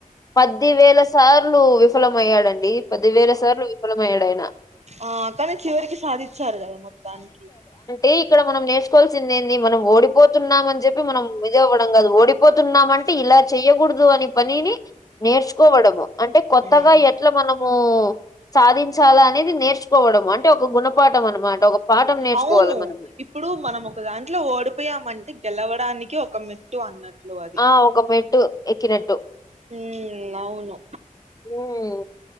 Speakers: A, on the left; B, on the right.
A: పది వేలసార్లు విఫలం అయ్యాడం డి పదివేల సార్లు విఫలమయ్యాడు ఆయన.
B: ఆ కానీ చివరికి సాధిచ్చారు కదా మొత్తానికి.
A: ఎ ఇక్కడ మనం నేర్చుకోవాల్సింది ఏంది మనం ఓడిపో తున్నాము అని చెప్పి మనం ఇది ఇవ్వడం కాదు, ఓడిపోతున్నాము అంటే ఇలా చెయ్యకూడదు అని పనిని నేర్చుకోవడము అంటే కొత్తగా
B: ఉమ్
A: ఎట్ల మనము సాధించాలా అనేది నేర్చుకోవడము అంటే ఒక గుణపాఠం అనమాట ఒక పాఠం నేర్చుకోవాలె
B: అవును
A: మనము.
B: ఇప్పుడు మనం ఒక దాంట్లో ఓడిపోయామంటే గెలవడానికి ఒక మెట్టు అన్నట్లు అ
A: ఆ ఒక మెట్టు ఎక్కినట్టు.
B: హ్మ్ అవును
A: హ్మ్.